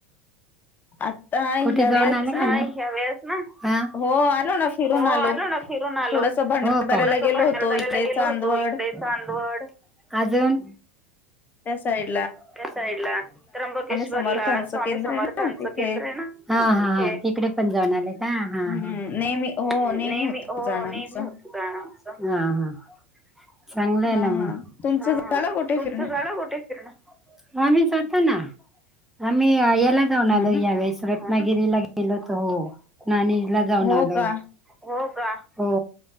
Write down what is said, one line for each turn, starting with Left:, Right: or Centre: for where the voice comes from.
Left: आता
Centre: कुठे
Left: ह्या वेळेस
Centre: जाऊन आला की
Left: ना
Centre: नाही? आता यावेळेस ना? हा.
Left: हो आलो ना फिरून
Centre: हो आलो ना फिरून आलो.
Left: थोडस भंडारदऱ्याला
Centre: हो का? थोडस
Left: गेलो
Centre: भंडार
Left: होतो
Centre: तऱ्याला
Left: इकडे
Centre: गेलो
Left: चांदवड
Centre: होतो इकडे चांदवड अजून
Left: त्या साईड
Centre: त्या साईडला त्र्यंबकेश्वरला,
Left: समर्थांचं
Centre: स्वामी
Left: केंद्र
Centre: समर्थांच
Left: आहे ना तिथे
Centre: केंद्र आहे ना, हा, हा. तिकडे पण जाऊन आले का?
Left: हम्म
Centre: हा, हा.
Left: नेहमी हो
Centre: नही
Left: नेहमी होत
Centre: नही हो
Left: जाणं
Centre: नही
Left: आमचं
Centre: हो आ हा, हा. चांगलं आहे
Left: हा
Centre: ना मग,
Left: हा तुमचं
Centre: हा,
Left: झालं
Centre: हा.
Left: कुठे
Centre: तुमचं
Left: फिरणं
Centre: झालं कुठे फिरणं? आम्ही जातो ना आम्ही याला जाऊन आलो
Left: हा ना
Centre: यावेेळेस रत रत्नागिरीला गेलो होतो, हो. नाणीजला जाऊन
Left: हो
Centre: आलो.
Left: का
Centre: हो का? हो.